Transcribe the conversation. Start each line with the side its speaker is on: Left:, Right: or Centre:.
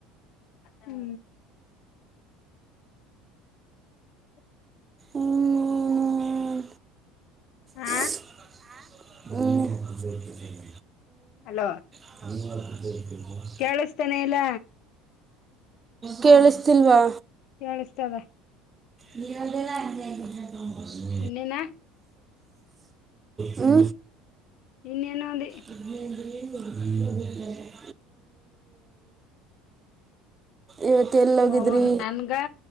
Left: ಹ್ಮ್ ಹ
Right: ಅನ್ನಾನಾ
Left: ಹಾ
Right: ಹ್ಮ
Left: ಹಲೋ
Right: <unintelligible>
Left: ಕೇಳಿಸ್ತಾನೆ ಇಲ್ಲ.
Right: ಕೇಳಿಸ್ತಿಲ್ವಾ.
Left: ಕೇಳಸ್ತದೆ.
Right: ನೀ ಹೇಳದಿಲ್ಲಾ <unintelligible>
Left: ಇನ್ನೇನಾ
Right: ಹೂ
Left: ಇನ್ನೇನ ಅಂದೆ.
Right: ಹ <unintelligible> ಇವತ್ತು ಎಲ್ಲೋಗಿದ್ರಿ
Left: ಮವು ನನ್ಗಾ